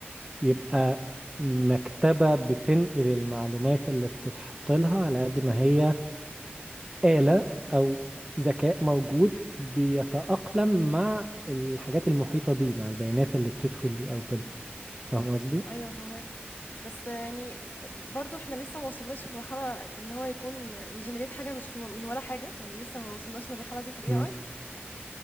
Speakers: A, on the right; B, on the left.
A: يبقى مكتبه بتنقل المعلومات اللي بتتحط لها على قد ما هي آلة او ذكاء موجود بيتأقلم مع الحاجات المحيطه بيه مع البيانات اللي بتدخل ليه او كده فاهم قصدي؟
B: ايوه فهمك بس يعني برضو احنا لسه ما وصلناش في مرحله ان هو يكون يجنريت حاجه مش من من ولا حاجه يعني لسه ما وصلناش للمرحله دي في الاي
A: مم.
B: اي